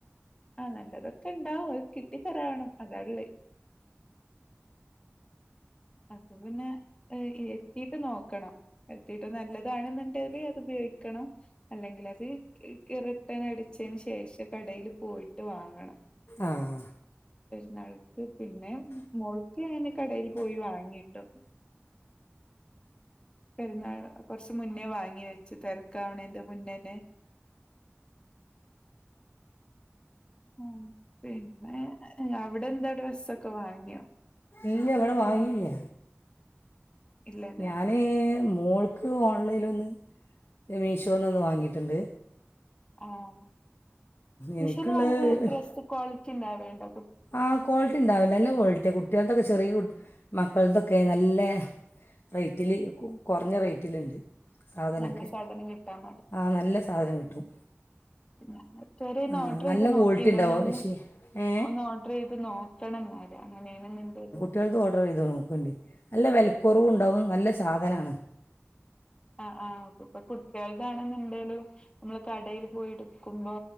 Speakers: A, on the left (about 20°); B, on the left (about 65°).
A: ആഹ് നല്ലതൊക്കെ ഉണ്ടാവും അത് കിട്ടിതരാവണം അതാ ഉള്ളേ അത് പിന്നെ എത്തിട്ട് നോക്കണം എത്തിട്ട് നല്ലതാണെന്നുണ്ടെല് അത് ഉപയോഗിക്കണം അല്ലെങ്കിൽ അത് റിട്ടേൺ അടിച്ചതിന് ശേഷം കടേല് പോയിട്ട് വാങ്ങണം
B: ആഹ്
A: പെരുന്നാൾക്ക് പിന്നെ മോൾക്ക് ഞാന് കടയിൽ പോയി വാങ്ങിട്ടോ പെരുന്നാള് കൊറച്ച മുന്നേ വാങ്ങി വെച്ച് തിരക്കാവണേന്റെ മുന്നേന്നെ ആഹ് പിന്നെ അവിടെന്താ ഡ്രസ്സൊക്കെ വാങ്ങിയോ
B: ഇല്ല ഇവിടെ വാങ്ങിയില്ല
A: ഇല്ലല്ലേ
B: ഞാന് മോൾക്ക് ഓൺലൈനിന്നൊന്ന് മീഷോന്നൊന്ന് വാങ്ങിയിട്ടുണ്ട്
A: ആഹ്
B: എനിക്കുള്ള
A: മീഷോന്ന് വാങ്ങ ഡ്രസ്സ് ക്വാളിറ്റി ഉണ്ടാവ്ണ്ടോ
B: ആഹ് ക്വാളിറ്റി ഉണ്ടാവില്ല നല്ല ക്വാളിറ്റി കുട്ട്യാൾതൊക്കെ ചെറിയ കു മക്കളതൊക്കെ നല്ല റേറ്റ്ല് കുറഞ്ഞ റേറ്റില്ണ്ട് സാധനക്കെ
A: നല്ല സാധനം കിട്ടാൻ
B: ആഹ് നല്ല സാധനം കിട്ടും
A: ണാൻ ഇത് വരെ ഒന്ന്
B: ആ
A: ഓഡ്രയ്ത്
B: നല്ല
A: നോക്കിയില്ല
B: ക്വാളിറ്റി ഉണ്ടാവും
A: ന്ന്
B: പക്ഷേ ഏ
A: ഒന്ന് ഓഡ്രയ്ത് നോ കണം ന്നാല് അങ്ങനെയണെന്ന്ണ്ടേല്
B: കുട്ട്യാൾത് ഓഡ്രയ്ത് നോ ക്കണ്ടി നല്ല വിലക്കുറവുണ്ടാവും നല്ല സാധനാണ്
A: ആഹ് ആഹ് ഇപ്പൊ കുട്ട്യാൾതാണ്ന്ന്ണ്ടെലും നമ്മള് കടേല് പോയി എട്ക്കുമ്പോ